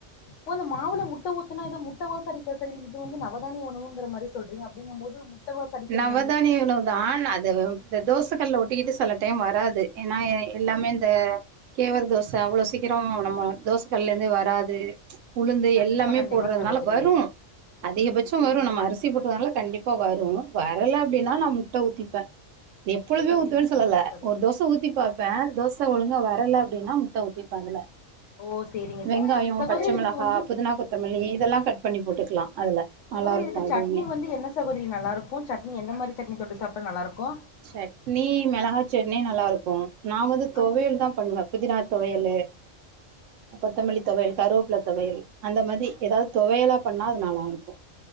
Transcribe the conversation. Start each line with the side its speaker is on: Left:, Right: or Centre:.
Left: ஓ அந்த மாவுல முட்ட ஊத்துனா எதோ முட்ட வாச அடிக்கா சகோதரி இது வந்து நவதானிய உணவுங்குற மாரி சொல்றீங்க அப்டிங்கம் போது வாச அடிக்காதவங்களுக்கு
Right: நவதானிய உணவு தா அது இந்த தோசகள்ல ஒட்டிக்கிட்டு செல டைம் வராது ஏன்னா எல்லாமே இந்த கேவர் தோச அவ்ளோ சீக்கிரோ நம்ம தோசகள்லேருந்தே வராது உளுந்து
Left: கண்டிப்பா
Right: எல்லாமே
Left: கண்டிப்பா
Right: போட்றதுனால
Left: சகோதரி
Right: வரு அதிகபட்சோ
Left: சேரிங்க
Right: வரு நம்ம
Left: சேரிங்க
Right: அரிசி போட்டுருக்கனால
Left: சகோதரி
Right: கண்டிப்பா வரு வரல அப்டின்னா
Left: சேரி
Right: நா முட்ட ஊத்திப்ப எப்பொழுதுமே
Left: சேரிங்க
Right: ஊத்துவனு
Left: சேரிங்க
Right: சொல்லல
Left: சகோதரி
Right: ஒரு தோச ஊத்தி பாப் ப்ப தோச ஒழுங்கா வரல அப்டின்னா முட்ட ஊத்திப்ப அதுல
Left: ஓ சேரிங்க
Right: வெங்காயோ
Left: சே சகோதரி
Right: பச்ச மிளகா
Left: இதுக்கு வந்து
Right: புதினா கொத்தமல்லி இதல்லா கட் பண்ணி போட்டுக்கலா அதுல
Left: சகோதரி
Right: நல்லா இருக்கு
Left: இதுக்கு
Right: அதுவுமே
Left: சட்னி வந்து என்ன சகோதரி நல்லாருக்கு சட்னி எந்த மாரி சட்னி தொட்டு சாப்ட்டா நல்லாருக்கு
Right: சட்னி மெளகா சட்னி நல்லாருக்கு நா வந்து தொவையல்
Left: ஆனா
Right: தா பண்ணுவ புதினா தொவையலு கொத்தமல்லி தொலையல் கருவேப் பில தொவையல் அந்த மாரி எதாது தொவையல்லா பண்ணா அது நல்லா இருக்கு